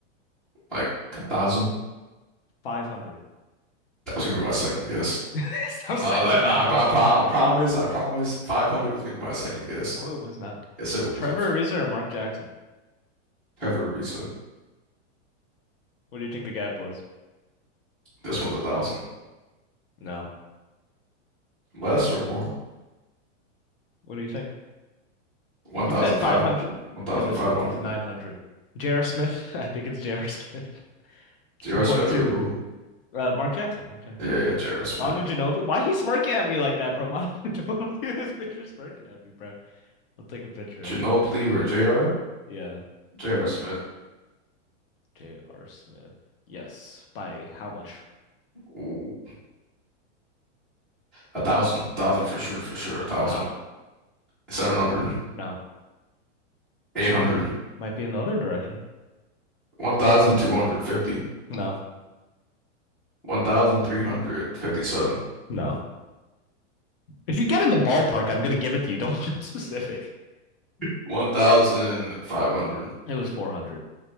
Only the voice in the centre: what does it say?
like a thousand.
That was gonna be my second guess.
No, that,
nah,
I, I, pro I promise, I promise. 500 was gonna be my second guess.
Yes, it was.
It was
Trevor Ariza.
This one's a thousand.
Less or more?
1,500.
1,500.
J.R.
Smith or who?
Yeah, yeah, J.R. Smith.
Ginobili
or J.R.?
J.R. Smith.
Ooh. A thousand. Thousand for sure, for sure. A thousand.
700.
800.
1,250.
1,357.
1,500.